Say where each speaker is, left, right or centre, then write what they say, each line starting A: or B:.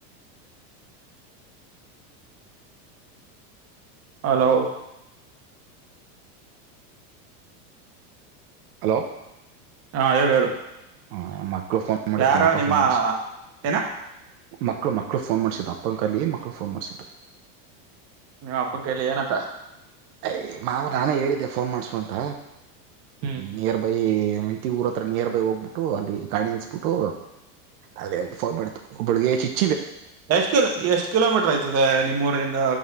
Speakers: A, on the right; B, on the right.
A: ಹಲೋ
B: ಹಲೋ
A: ಹಾ ಹೇಳ ಹೇಳು
B: ಹಾ ಮಕ್ಳು ಫೋನ್ ಮಾಡಿರ್ಕಣ
A: ಯಾರೋ
B: ಅಪ್ಪ
A: ನಿಮ್ಮ
B: ಫೋನ್ ಮಾಡಸ
A: ಏನ
B: ಮಕ್ಳು ಮಕ್ಳು ಫೋನ್ ಮಾಡ್ಸಿದ್ದ ಅಪ್ಪನ ಕಲ್ಲಿ ಮಕ್ಳು ಫೋನ್ ಮಾಡ್ಸಿದ್ದ
A: ನಿಮ್ಮ ಅಪ್ಪಕ್ಕಲ್ಲಿ ಏನಂತ
B: ಅಯ ಮಾವು ನಾನೇ ಹೇಳಿದ್ದೆ ಫೋನ್ ಮಾಡ್ಸ ಅಂತ
A: ಹ್ಮ್
B: ನಿಯರ್ಬೈ ಹೆಂಡತಿ ಊರ ಹತ್ರ ನಿಯರ್ ಬೈ ಹೋಗ್ಬಿಟ್ಟು ಅಲ್ಲಿ ಗಾಡಿನಿಸಸ್ಬಿಟ್ಟು ಅದೇ ಫೋನ್ ಮಾಡತು ಒಬ್ಬಳಿಗೆ ಚಿ
A: ಎಷ್ಟ ಎಷ್ಟ ಕಿಲೋಮೀಟರ್ ಆಯ್ತದೆ ನಿಮ್ಮ ಊರಿಂದ